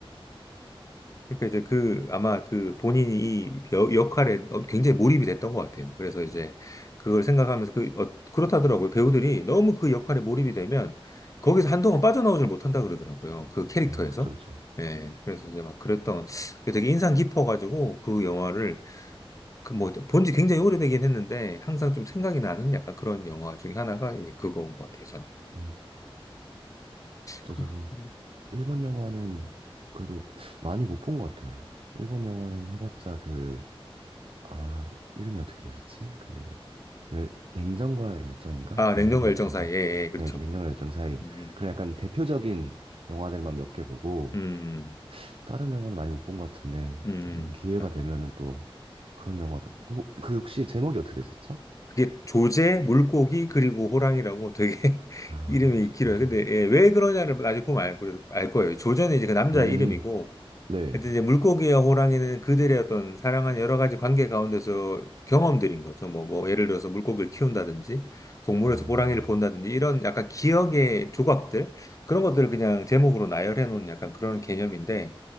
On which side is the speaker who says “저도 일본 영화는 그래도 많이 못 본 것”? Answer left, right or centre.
Right